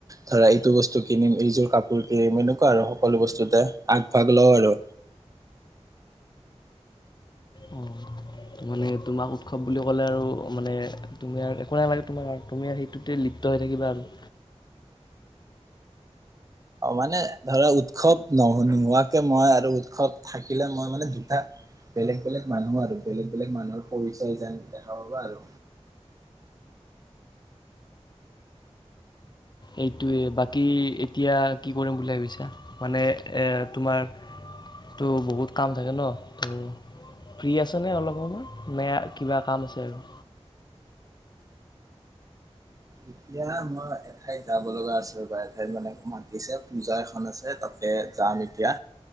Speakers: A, on the right (about 30°); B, on the left (about 40°).
A: ধৰা। টো বস্তু কিনিম এইযোৰ কাপোৰ কিনিম এনেকুৱা আৰু সকলো বস্তুতে আগভাগ লওঁ আৰু।
B: অ মানে তোমাক উৎসৱ বুলি ক'লে আৰু মানে তুমি আৰু একো নালাগে তোমাক আৰু তুমি সেইটোতে লিপ্ত হৈ থাকিবা আৰু।
A: অ মানে ধৰা উৎসৱ নহ নোহোৱাকে মই আৰু উৎসৱ থাকিলে মই মানে দুটা বেলেগ বেলেগ মানুহ আৰু বেলেগ বেলেগ মানুহৰ পৰিচয় যেন দেখা পাবা আৰু।
B: এইটোৱে বাকী এতিয়া কি কৰিম বুলি ভাবিছা? মানে তোমাৰতো বহুত কাম থাকে ন? ত' ফ্ৰী আচানে অলপ সময় নে কিবা কাম আছে আৰু?
A: এতিয়া মই এঠাইত যাব লগা আছ ৰ'বা এঠাইত মানে মাতিছে পূজা এখন আছে তাতে যাম এতিয়া।